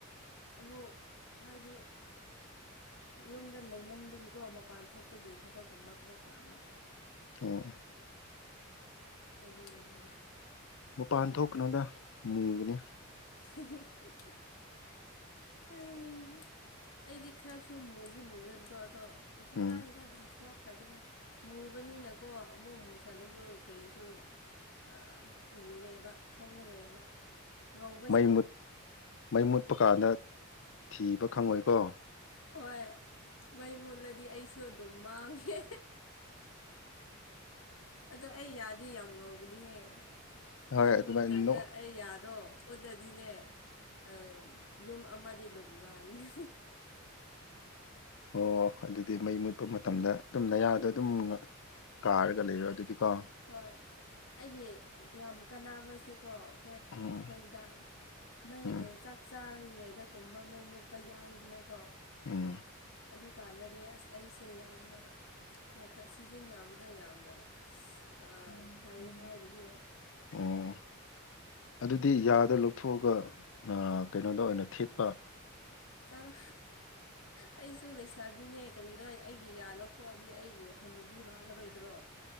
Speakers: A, on the left (about 80°); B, on the left (about 60°).
A: ꯑꯃꯨꯛ ꯍꯥꯏꯗꯤ ꯌꯨꯝꯗ ꯂꯩꯃꯟꯕꯒꯤꯀꯣ ꯃꯄꯥꯟ ꯊꯣꯛꯄꯒꯤ ꯊꯕꯛꯀꯨꯝꯕ ꯈꯔ ꯄꯥꯝꯕ
B: ꯑꯣ
A: ꯑꯗꯨꯒꯤꯅꯤꯗ
B: ꯃꯄꯥꯟ ꯊꯣꯛꯀꯅꯣꯗ ꯃꯨꯒꯅꯤ
A: <unintelligible> ꯑ.. ꯑꯪ ꯑꯩꯗꯤ ꯈꯔꯁꯨ ꯃꯨꯗꯤ ꯃꯨꯌꯦꯕꯀꯣ ꯑꯗꯣ ꯀꯩꯁꯨ
B: ꯎꯝ
A: ꯀꯥꯏꯗꯦꯗ ꯑꯗꯨꯝ ꯊꯣꯛꯈ꯭ꯔꯒꯦꯗ ꯃꯨꯕꯅꯤꯅꯀꯣ ꯑꯃꯨꯛ ꯃꯨꯁꯜꯂꯁꯨ ꯀꯔꯤꯁꯨ ꯑ ꯎꯔꯣꯏꯕ ꯈꯪꯉꯔꯣꯏꯕ ꯉꯧ
B: ꯃꯩ ꯃꯨꯠ ꯃꯩ ꯃꯨꯠꯄ ꯀꯥꯟꯗ ꯊꯤꯕ ꯈꯪꯉꯣꯏꯀꯣ
A: ꯍꯣꯏ ꯃꯩ ꯃꯨꯠꯂꯗꯤ ꯑꯩꯁꯨ ꯑꯗꯨꯝ ꯃꯥꯡꯉꯦ ꯑꯗꯣ ꯑꯩ ꯌꯥꯗꯤ ꯌꯥꯝ ꯉꯧꯕꯅꯤꯍꯦ
B: ꯍꯣꯏ
A: ꯃꯩ
B: ꯑꯗꯨꯃꯥꯏꯅ
A: ꯃꯨꯠꯂꯀꯥꯟꯗ
B: ꯅꯣ
A: ꯑꯩ ꯌꯥꯗꯣ ꯑꯣꯗꯗꯤꯅꯦ ꯑ ꯌꯨꯝ ꯑꯃꯗꯤ ꯑꯗꯨꯝ ꯉꯥꯟꯒꯅꯤ
B: ꯑꯣ ꯑꯗꯨꯗꯤ ꯃꯩ ꯃꯨꯠꯄ ꯃꯇꯝꯗ ꯇꯨꯝ ꯅꯌꯥꯗꯣ ꯑꯗꯨꯝ ꯉ ꯀꯥꯔꯒ ꯂꯩꯔꯣ ꯑꯗꯨꯗꯤ ꯀꯣ
A: ꯍꯣꯏ ꯑꯩꯒꯤ ꯌꯥꯝ ꯀꯥꯟꯅꯕꯁꯦꯀꯣ ꯈꯣꯏ
B: ꯎꯝ
A: ꯑꯩꯈꯣꯏꯒꯤꯗ ꯃꯩ
B: ꯎꯝ
A: ꯑꯦ ꯆꯥꯛ ꯆꯥꯔꯤꯉꯩꯗ ꯀꯨꯝꯕ ꯃꯩ ꯃꯨꯠꯄ ꯌꯥꯎꯋꯤꯗꯅꯀꯣ
B: ꯎꯝ
A: ꯑꯗꯨꯀꯥꯟꯗꯗꯤ ꯑꯁ ꯑꯩꯁꯦ ꯌꯥꯝꯅ ꯐꯈꯔ ꯁꯤꯖꯤꯟꯅꯕꯗ ꯌꯥꯝꯅ ꯏꯁ.. ꯑ ꯐꯩ ꯍꯥꯏꯔꯤꯌꯦ
B: ꯑꯣ ꯑꯗꯨꯗꯤ ꯌꯥꯗ ꯂꯧꯊꯣꯛꯑꯒ ꯑ ꯀꯩꯅꯣꯗ ꯑꯣꯏꯅ ꯊꯦꯠꯄ
A: ꯆꯂꯣ ꯑꯩꯁꯨ ꯂꯩꯁꯥꯕꯤꯅꯦ ꯀꯔꯤꯔꯣꯏ ꯑꯩꯒꯤ ꯌꯥ ꯂꯧꯊꯣ ꯊꯣꯑꯗꯤ ꯑꯩꯕꯨ ꯍꯟꯅꯨꯕꯤ ꯃꯥꯜꯂꯔꯣꯏꯗ꯭ꯔꯣ